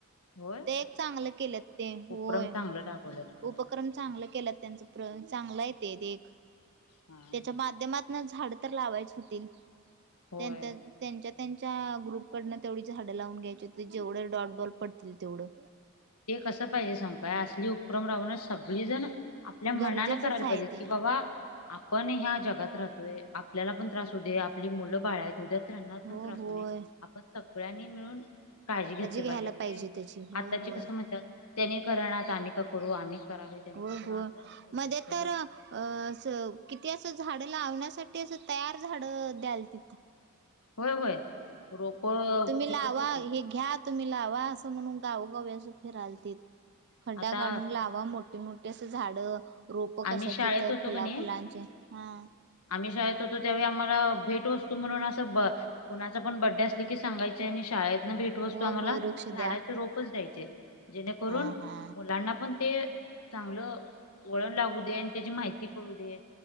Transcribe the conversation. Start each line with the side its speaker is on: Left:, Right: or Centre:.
Left: होय
Right: ते एक चांगलं केलेत ते होय.
Left: उपक्रम चांगलं <inaudible>
Right: उपक्रम चांगला केल्यात त्यांच प्र चांगला येत एक
Left: हा हा.
Right: त्याच्या माध्यमात झाड तर लावायच होतील
Left: होय
Right: त्यांतर त्यांच्या त्यांच्या ग्रुपकडनं तेवढी झाडं लावून घ्यायची होती जेवढं डॉट बॉल पडतील तेवढं.
Left: ते कसं पाहिजे सांगू काय असली उपक्रम राबवन सगळीजण आपल्या मनान
Right: गरजेचंच
Left: करायला
Right: आहे
Left: पाहिजेत
Right: ते
Left: की बाबा आपण ह्या जगात राहतोय आपल्याला पण त्रास होत आपली मुलं बाळा उद्या त्याना
Right: हो
Left: पण त्रास
Right: होय
Left: होऊ नये आपण सगळ्यांनी मिळून काळजी घेतली
Right: घ्यायला
Left: पाहिजे ते
Right: त्याची होय
Left: आताची
Right: होय
Left: क त्याने करणात आम्ही का करू आम्हीच करालोय त्यानी
Right: होय
Left: का करू
Right: होय
Left: अस हो
Right: मध्ये तर
Left: लोक
Right: अ असं किती असं झाडं लावण्यासाठी असं तयार झाड द्याल तिथं
Left: होय रोप
Right: तुम्ही
Left: विकत
Right: लावा
Left: होती
Right: हे घ्या तुम्ही लावा असं म्हणून गावोगावी अस फिरालतीत खड्डा
Left: आता
Right: काढून ला मोठीे मोठी अस झाड रोप
Left: आम्ही
Right: कशाची
Left: शाळेत
Right: तर
Left: होतो
Right: फुला
Left: कणी
Right: फलांचे हा
Left: आम्ही शाळेत होतो त्यावेळी आम्हाला भेटवस्तू म्हणून असं ब कुणाच पण बड्डे असले की सांगायचे आणि शाळेत भेटवस्तू
Right: होय
Left: आम्हाला
Right: होय वृक्ष
Left: झाडाचे
Right: द्या
Left: रोपच द्यायचे जेणेकरून
Right: हा हा
Left: मुलांना पण ते चांगलं वळण लागू दे आणि त्याची माहिती कळू दे